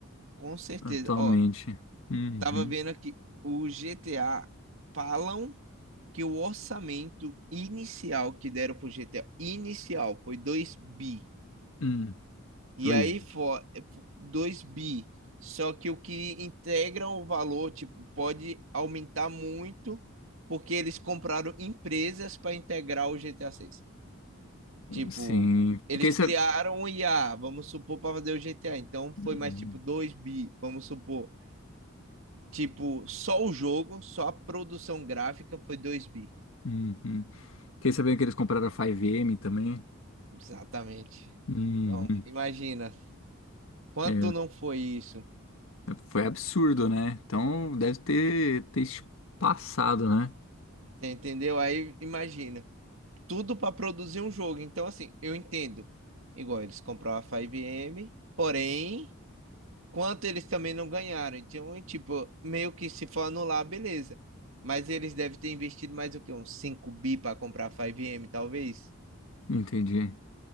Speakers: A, on the right; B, on the left.
A: com certeza.
B: Atualmente.
A: Ó,
B: Uhum.
A: Tava vendo aqui, o GTA falam que o orçamento inicial que deram pro GTA, inicial, foi 2 bi.
B: Hum.
A: E
B: Dois.
A: aí foi 2 bi. Só que o que integram o valor, tipo, pode aumentar muito, porque eles compraram empresas para integrar o GTA 6. Tipo,
B: Sim.
A: eles
B: Fiquei
A: criaram o IA, vamos supor, para fazer o GTA. Então
B: sabendo.
A: foi mais tipo 2 bi, vamos supor. Tipo, só o jogo, só a produção gráfica foi 2 bi.
B: Uhum. Fiquei sabendo que eles compraram a 5M também.
A: Exatamente.
B: Uhum.
A: Então, imagina, quanto
B: É,
A: não foi isso?
B: foi absurdo, né? Então deve ter, ter passado, né?
A: Você entendeu? Aí, imagina, tudo para produzir um jogo. Então, assim, eu entendo. Igual eles compraram a 5M, porém, quanto eles também não ganharam. Então, é tipo, meio que se for anular, beleza. Mas eles devem ter investido mais o quê? Uns 5 bi para comprar a 5M, talvez?
B: Entendi.